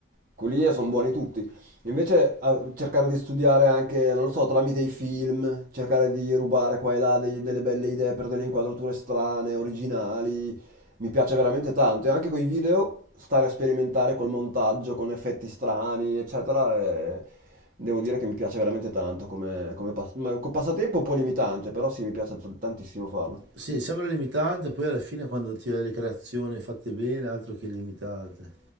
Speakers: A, on the right (about 45°); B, on the right (about 75°).
A: quelli lì sono buoni tutti. Invece a- cercare di studiare anche, non lo so, tramite i film, cercare di rubare qua e là dei- delle belle idee per delle inquadrature strane, originali, mi piace veramente tanto. E anche con i video, stare a sperimentare col montaggio, con effetti strani, eccetera, e devo dire che mi piace veramente tanto come, come pas- ma- con passatempo un po' limitante, però sì, mi piace t- tantissimo farlo.
B: Sì, sembra limitante, poi alla fine quando ti vedi le creazioni fatte bene, altro che limitante.